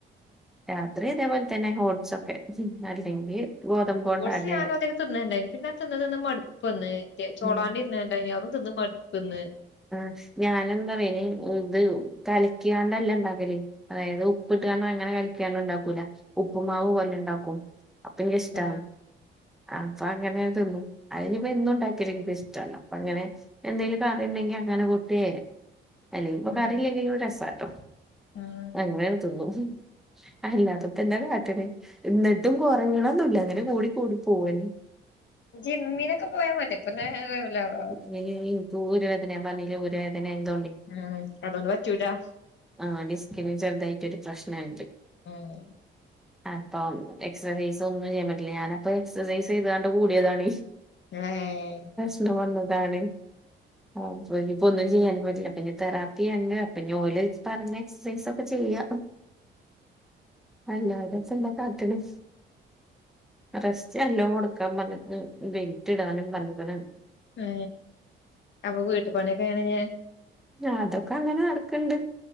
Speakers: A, in the centre; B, on the left.
A: രാത്രി ഇതേപോൽതന്നെ, ഓട്സൊക്കെ, അല്ലെങ്കി- ഗോതമ്പോണ്ട്
B: ഓട്സ്
A: അടെ
B: ഞാനൊധ്യേതിക്കെ ത്ന്നല്ണ്ടായി പിന്നത് ത്ന്ന് ത്ന്ന തിന്ന് മടുപ്പന്ന്. ചോളാണ്ടി-
A: ഉം
B: ണ്ടയ്നി അതും തിന്ന് മടുപ്പന്ന്.
A: ് ഞാനെന്താറ്യോ അയിന്, ത് ഉ കലക്കിയാണ്ടല്ല ണ്ടാക്കല്. അതായത് ഉപ്പ്ട്ടാണ്ട് അങ്ങനെ കലക്കിയാണ്ട് ണ്ടാക്കൂല. ഉപ്പുമാവ് പോലെ ഉണ്ടാക്കും. അപ്പെനിക്കിഷ്ടാ.
B: ആഹ്
A: അപ്പൊ അങ്ങനെ ഞാ തിന്നും, അതിനിപ്പൊ എന്നുണ്ടാക്ക്യാലും ൻക് ഇഷ്ട്ടാട്ടോ അപ്പൊ അങ്ങനെ എന്തെലും- ണ്ടെങ്കി അങ്ങനെ കൂട്ടേ, അല്ലെങ്കിൽ പ്പൊ
B: ഉം
A: കറിയില്ലെങ്കിലും രസാട്ടോ.
B: ഉം
A: അങ്ങനെട് തിന്നും, അല്ലാതപ്പൊ എന്താ കാട്ടല്. ന്നിട്ടും കൊറീണൊന്നുല്ല അങ്ങനെ കൂടി കൂടി പോവന്നെ.
B: ജിമ്മിനൊക്കെ പോയാ മതി, പ്പങ്ങനെ <unintelligible> ഏ ഏ.
A: ഐനെടീ ഇൻക് ഊരവേദന, ഞാൻ പറഞ്ഞില്ലേ ഊരവേദനായതോണ്ടയ്.
B: ആ ഇൻകതോണ്ട് പറ്റൂലാ.
A: ആഹ്. ഡിസ്കിന് ചെറുതായിട്ടൊരു പ്രശ്നണ്ട്.
B: ആഹ്.
A: അപ്പൊ എക്സസൈസ് ഒന്നും ചെയ്യാൻ പറ്റില്ല. ഞാനപ്പൊ എക്സസൈസ് ചെയ്താണ്ട് കൂടിയതാണ്.
B: <unintelligible> എ ഏഏ
A: പ്പൊ വന്നതാണ്. അപ്പൊഞിപ്പൊ ഒന്നും ചീയ്യാനും പറ്റില്ല. അപ്പഞി തെറാപ്പിയ്യാന്നെ അപ്പ ഞി ഓല് പറഞ്ഞേ- എക്സസൈസൊക്കെ ചെയ്യ. അല്ലാതെ ജ്ജെന്താ കാട്ട്ണ്. റസ്റ്റ്ല്ലോ ട്ക്കാൻ പറഞ്ഞ്ക്ക്ണ്. ബെൽറ്റ് ഇടാനും പറഞ്ഞ്ക്ക്ണ്.
B: ഏ അപ്പൊ വീട്ട് പണിയൊക്കെ എങ്ങനെ ചിയ്യ.
A: ആതൊക്കെ അങ്ങനെ നടക്ക്ണ്ട്.